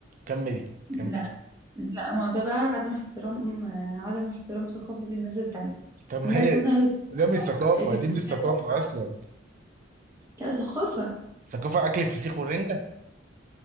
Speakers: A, on the right; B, on the right.
A: كملي
B: لا
A: كملي
B: لا ما هو ده بقى عدم احترام آه، عدم احترام ثقافة الناس التانية
A: طب ما
B: والناس
A: هي
B: مثلا اللي بتتريق
A: ده مش ثقافه
B: اللي
A: دي
B: بتتريق
A: مش ثقافه
B: على
A: اصلا
B: لا ثقافة
A: ثقافه اكل الفسيخ والرنجه